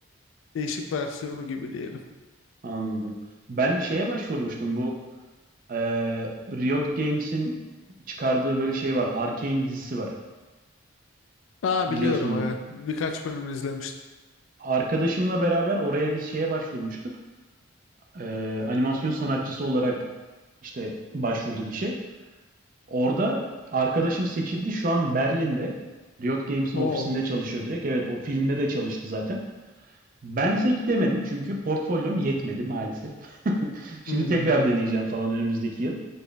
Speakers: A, on the left (about 70°); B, on the right (about 40°).
A: e, değişik versiyonu gibi diyelim.
B: Anladım. Ben şeye başvurmuştum bu e, Riot Games'in çıkardığı böyle şey var. Arcane dizisi var.
A: Aa
B: Biliyorsundur.
A: biliyorum evet. Birkaç bölümünü izlemiştim.
B: Arkadaşımla beraber oraya biz şeye başvurmuştuk. Ee, animasyon sanatçısı olarak işte başvurduk işe. Orada arkadaşım seçildi. Şu an Berlin'de. Riot Games'in
A: Oo.
B: ofisinde çalışıyor direkt. Evet o filmde de çalıştı zaten. Bense gidemedim çünkü portfolyom yetmedi maalesef. <laughs> Şimdi
A: Hmm.
B: tekrar deneyeceğim falan önümüzdeki yıl.